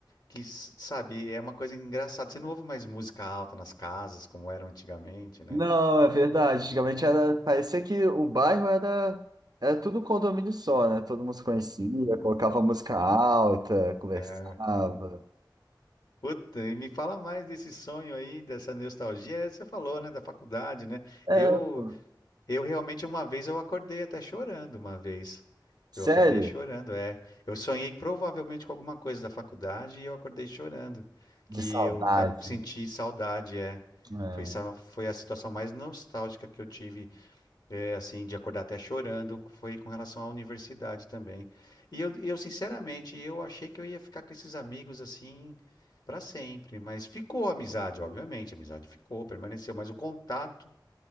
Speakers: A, on the left (about 60°); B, on the right (about 55°).
A: que, sabe, é uma coisa engraçada. Você não ouve mais música alta nas casas, como era antigamente, né?
B: Não, é verdade. Antigamente era, parecia que o bairro era, era tudo um condomínio só, né? Todo mundo se conhecia, colocava música alta, conversava.
A: É, puta, e me fala mais desse sonho aí, dessa nostalgia. É, Você falou, né, da faculdade, né?
B: É,
A: Eu,
B: pô.
A: eu realmente uma vez eu acordei até chorando uma vez.
B: Sério?
A: Eu acordei chorando, é. Eu sonhei provavelmente com alguma coisa da faculdade e eu acordei chorando,
B: De
A: que
B: saudade.
A: eu ta- senti saudade, é.
B: É.
A: Foi, essa- foi a situação mais nostálgica que eu tive é, assim, de acordar até chorando, foi com relação à universidade também. E eu, eu, sinceramente, eu achei que eu ia ficar com esses amigos assim para sempre, mas ficou a amizade, obviamente, a amizade ficou, permaneceu, mas o contato